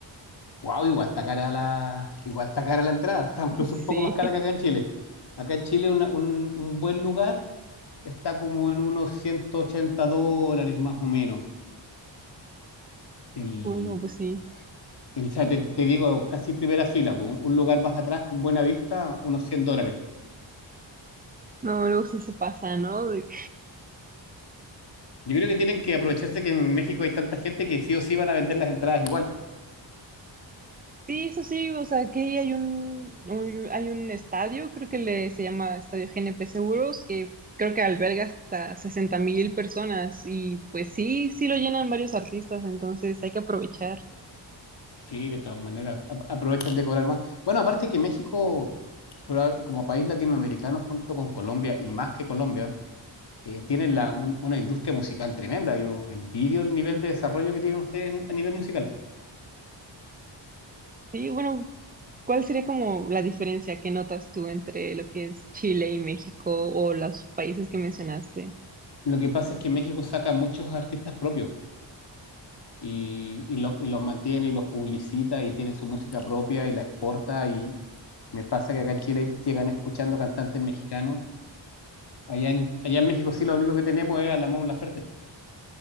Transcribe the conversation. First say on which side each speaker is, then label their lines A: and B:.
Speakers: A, on the left; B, on the right.
A: Wow, igual está cara la, igual está cara la entrada, está incluso
B: <laughs>
A: un poco más cara
B: Sí.
A: que acá en Chile. Acá en Chile una- un, un buen lugar está como en unos 180 dólares más o menos. El,
B: Bueno, pues sí.
A: el- o sea, te, te digo, casi primera fila, po, un, un lugar más atrás con buena vista, unos 100 dólares.
B: No, luego sí se pasa, ¿no? De-
A: Yo creo que tienen que aprovecharse que en México hay tanta gente que sí o sí van a vender las entradas igual.
B: Sí, eso sí, o sea, aquí hay un, un- hay un estadio, creo que le, se llama Estadio GNP Seguros, que creo que alberga hasta sesenta mil personas y pues sí, sí lo llenan varios artistas, entonces hay que aprovechar.
A: Sí, de todas maneras, a- aprovechan de cobrar más. Bueno, aparte que México, proba- como país latinoamericano junto con Colombia y más que Colombia, eh, tienen la- un- una industria musical tremenda. Yo envidio el nivel de desarrollo que tienen ustedes en- a nivel musical.
B: Sí, bueno, ¿cuál sería como la diferencia que notas tú entre lo que es Chile y México o los países que mencionaste?
A: Lo que pasa es que México saca muchos artistas propios y, y lo- y los mantiene y los publicita y tiene su música propia y la exporta. Y me pasa que acá en Chile llegan escuchando cantantes mexicanos. Allá en, allá en México sí lo único que tenemos es a la Mon Laferte.